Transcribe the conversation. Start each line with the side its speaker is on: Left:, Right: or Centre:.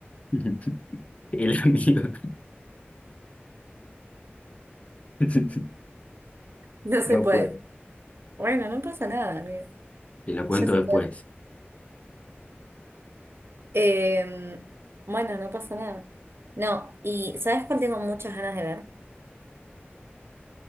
Left: <laughs> El amigo. <laughs>
Right: No se
Left: No
Right: puede.
Left: puedo.
Right: Bueno, no pasa nada, amigo.
Left: Te lo cuento
Right: Ya se
Left: después.
Right: te Eh, bueno, no pasa nada. No, y ¿sabes cuál tengo muchas ganas de ver?